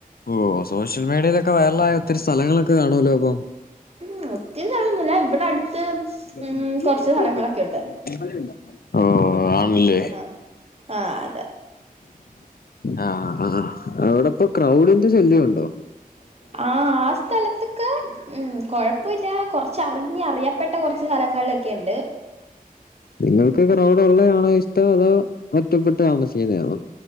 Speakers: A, on the left; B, on the right.
A: ഓ സോഷ്യൽ മീഡിയയിലൊക്കെ വൈറല ആയ ഒത്തിരി സ്ഥലങ്ങളൊക്കെ കാണല്ലോ അപ്പം
B: ഉം ഒത്തിരി സഥലംന്നല്ല ഇവിടെ അടുത്ത്
A: ഓ
B: ഉം കൊറച്ച് സ്ഥലങ്ങളൊക്കെ ഉണ്ട്
A: ആണല്ലേ
B: ആഹ ആഹ അതെ
A: ആ ആ അവിടെപ്പ ക്രൗഡിന്റെ ശല്യുണ്ടോ
B: ആഹ് ആ സ്ഥലത്ത് ഉം കൊഴപ്പില്ല കൊറച്ചറിഞ്ഞഞ് അറിയപ്പെട്ട കുറച്ച് സ്ഥലങ്ങളിലൊക്കെയുണ്ട്
A: നിങ്ങൾക്ക് ക്രൗഡ ഉള്ളതണോ ഇഷ്ടോ അതോ ഒറ്റപ്പെട്ട് താമസിക്കുന്നതാണോ